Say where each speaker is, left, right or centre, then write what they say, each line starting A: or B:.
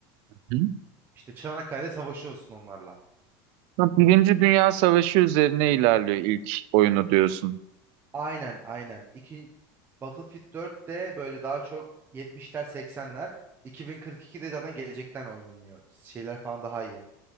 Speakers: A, on the right (about 55°); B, on the right (about 20°).
A: Hı?
B: İşte Çanakkale'de savaşıyorsun onlarla.
A: Ha, Birinci Dünya Savaşı üzerine ilerliyor ilk oyunu diyorsun.
B: Aynen aynen. İki, Battlefield 4'te böyle daha çok 70'ler 80'ler. 2042'de zaten gelecekten oynanıyor. Şeyler falan daha iyi.